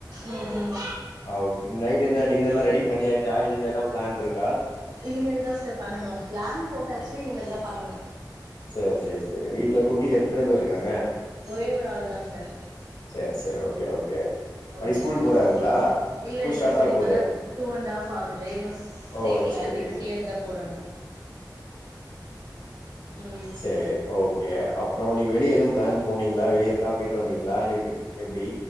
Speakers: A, on the right; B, on the left.
A: ம் ம்
B: ஆ ஓகே நைட்டு் என் டின்னர்லா ரெடி பண்ணியாச்சா இனிமேதான் பிளான்ருக்கா
A: இனிமேல் தான் சார் பண்ணனு பிளான் போட்டு டாச்சு இனிமேல் தா பண்ணணு
B: சேரி சேரி சேரி வீட்ல குட்டி எத்தன பேர் இருக்காங்க.
A: ஒரே ஒரு ஆள் தா சார்.
B: சரி, சரி. Okay, okay. படி
A: ஓகே
B: ஸ்கூல்
A: சார்.
B: போறாருங்களா?
A: இல்ல
B: ஸ்கூல்
A: இல்ல
B: ஸ்டார்ட்
A: சார்
B: ஆக
A: இப்பதா
B: போகுது.
A: டூஅண்ட்ஆஃப் ஆகுது. இன்னு
B: ஓ!
A: சேக்கல,
B: சரி.
A: நெக்ஸ்ட் இயர்தா போடணும். ம்
B: சேரி ஓகே அப்புறம் இன்னைக்கு வெளிய எதுவு பிளான். போனீங்ளா வெளிய ஏதாவது போயிட்டு வந்தீங்களா <unintelligible> எப்டி.